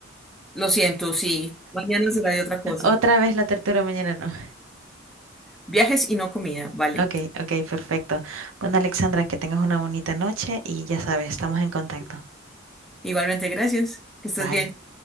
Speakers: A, in the centre; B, on the right (about 80°).
A: Lo siento, sí. Mañana será de otra
B: <laughs>
A: cosa.
B: Otra vez la tortura mañana, no.
A: Viajes y no comida, vale.
B: Ok, ok, perfecto. Bueno, Alexandra, que tengas una bonita noche y ya sabes, estamos en contacto.
A: Igualmente, gracias. Que estés
B: Bye.
A: bien.